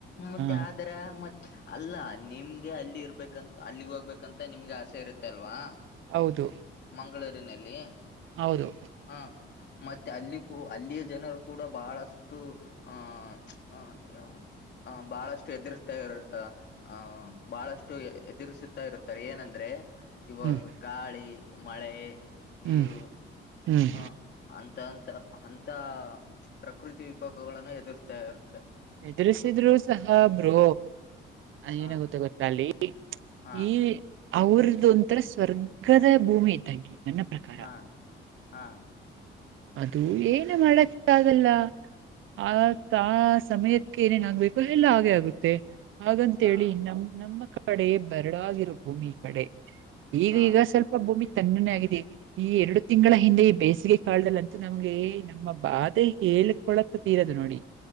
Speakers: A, on the left; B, on the right.
A: ಮತ್ತೆ
B: ಹಾ
A: ಅದರ ಮ ಅಲ್ಲ ನಿಮ್ಗೆ ಅಲ್ಲಿ ಇರ್ಬೇಕಂತ ಅಲ್ಲಿಗ್ ಹೋಗ್ಬೇಕಂತ ನಿಮ್ಗೆ ಆಸೆ ಇರುತ್ತೆ ಅಲ್ವಾ
B: ಹೌದು
A: ಮಂಗಳೂರಿನಲ್ಲಿ
B: ಹೌದು
A: ಹ ಮತ್ತೆ ಅಲ್ಲಿ ಕೂ ಅಲ್ಲಿಯ ಜನರು ಕೂಡ ಬಹಳಷ್ಟು ಆ ಹ ಹ ಬಹಳಷ್ಟು ಎದುರಿಸ್ತ್ರ ಹ ಬಹಳಷ್ಟು ಎದುರಿಸುತ್ತಾ ಇರುತ್ತಾರೆ ಏನಂದ್ರೆ ಇವಾಗ
B: ಹ್ಮ್
A: ಗಾಳಿ ಮಳೆ ನೀರು
B: ಹ್ಮ್ ಹ್ಮ್
A: ಹ್ಮ ಅಂತ ಅಂತ ಅಂತ ಪ್ರಕೃತಿ ವಿಪಾಗಗಳನ್ನ ಎದುರಿಸತಾ ಇರುತ್ತೆ
B: ಎದುರಿಸಿದ್ರು ಸಹ ಬರು
A: ಹ
B: ಏನ ಗುತ್ತೆ ಗೊತ್ತ ಅಲ್ಲಿ
A: ಹಾ
B: ಈ ಅವ್ರದ್ದ ಒಂಥರ ಸ್ವರ್ಗದ ಭೂಮಿ ಇದ್ದಾಗಿ ನನ್ನ ಪ್ರಕಾರ
A: ಹಾ ಹಾ
B: ಅದು ಏನು ಮಾಡಕ್ಕಾಗಲ್ಲ ಆ ತಾ ಸಮಯಕ್ಕೆ ಏನೇನ ಆಗ್ಬೇಕು ಎಲ್ಲ ಹಾಗೆ ಆಗುತ್ತೆ ಹಾಗಂತೇಳಿ
A: ಹಾ
B: ನಮ ನಮ್ಮ ಕಡೆ ಬರಡಾಗಿರ ಭೂಮಿ ಈ ಕಡೆ ಈಗ
A: ಹಾ
B: ಈಗ ಸ್ವಲ್ಪ ಭೂಮಿ ತಣ್ಣೇ ಆಗಿದೆ ಈ ಎರಡು ತಿಂಗಳ ಹಿಂದೆ ಈ ಬೇಸಿಗೆ ಕಾಳ್ದಲ್ಲ ಅಂತೂ ನಮ್ಗೆ ನಮ್ಮ ಬಾಧೆ ಹೇಳ್ಕೊಳಕ್ ತೀರೋದು ನೋಡಿ